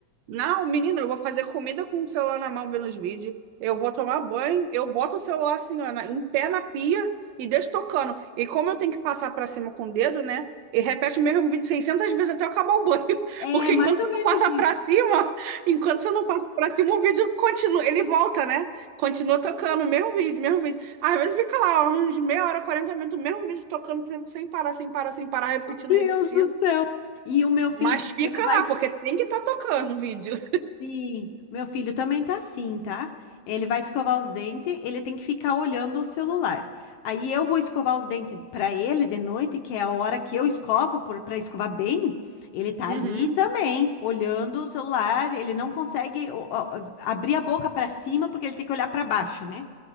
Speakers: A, on the right (about 75°); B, on the left (about 80°).
A: Não, menina, eu vou fazer comida com o celular na mão vendo os vídeos. Eu vou tomar banho, eu boto o celular assim, ó, na- em pé na pia e deixo tocando. E como eu tenho que passar pra cima com o dedo, né? E repete o mesmo vídeo 600 vezes até eu acabar o banho. <laughs>
B: É
A: Porque
B: mais
A: enquanto
B: ou
A: você
B: menos
A: não passa
B: isso.
A: pra cima, enquanto você não passa pra cima, o vídeo continua, ele volta, né? Continua tocando o mesmo vídeo, mesmo vídeo. Às vezes fica lá uns meia hora, 40 minutos, o mesmo vídeo tocando sem sem parar, sem parar, sem parar, repetindo,
B: Deus
A: repetindo.
B: do céu. E o meu filho,
A: Mas fica
B: ele vai.
A: lá, porque tem que estar tocando o vídeo.
B: Sim, meu filho também tá assim, tá? Ele vai escovar os dentes, ele tem que ficar olhando o celular. Aí eu vou escovar os dentes pra ele de noite, que é a hora que eu escovo por, para escovar bem. Ele tá
A: <laughs>
B: ali
A: Uhum.
B: também, olhando o celular. Ele não consegue ó, ó, abrir a boca pra cima porque ele tem que olhar pra baixo, né?